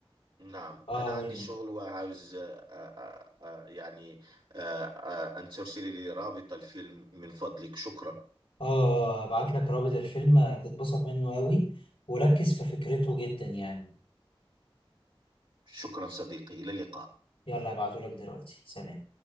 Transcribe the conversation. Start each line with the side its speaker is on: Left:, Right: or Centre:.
Right: نعم
Left: آه
Right: أنا
Left: أقول
Right: عندي شغل وعاوز آه، آه، آه، آه، يعني آه، آه، أن ترسلي لي رابط الفيلم من فضلك شكرا
Left: آه آه، أبعت لك رابط الفيلم هتتبسط منه أوي وركز في فكرته جدا يعني
Right: شكرا صديقي إلى اللقاء
Left: يلا أبعته لك دلوقتي سلام